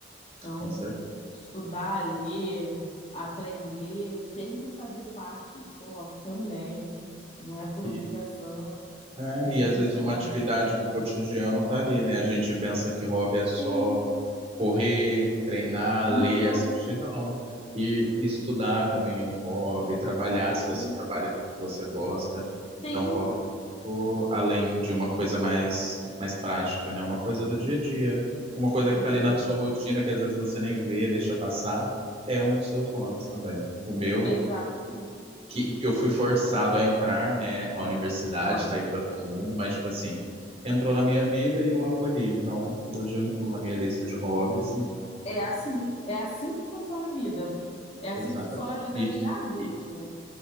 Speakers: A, on the left; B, on the right.
A: Então,
B: Com certeza.
A: estudar, ler, aprender tem que fazer parte do seu hobby também. Não é por
B: E,
A: obrigação.
B: é,
A: Tem que ser
B: e às
A: muito
B: vezes
A: bom.
B: uma atividade
A: muito
B: do
A: bom.
B: cotidiano tá ali, né? A gente pensa que hobby é
A: Sim,
B: só correr, treinar,
A: não,
B: ler, assistir, não. E estudar também é um hobby, trabalhar,
A: sim,
B: se você trabalha com o que você gosta.
A: sim,
B: Então, hobby, o- além de uma coisa mais, mais prática, né? Uma coisa do dia a dia. Uma coisa
A: sim,
B: que tá ali
A: sim,
B: na sua rotina, que às vezes você nem vê, deixa passar, é um dos seus hobbies também. O meu.
A: exatamente.
B: que eu fui forçado a entrar, né? A universidade
A: Aham.
B: tá aí para todo mundo, mas tipo assim, entrou na minha vida e eu acolhi. Então, hoje eu incluo na minha lista de hobbies e
A: É assim, é assim que funciona a vida. É assim
B: exatamente.
A: que funciona a vida
B: E,
A: de adulto,
B: e-
A: né?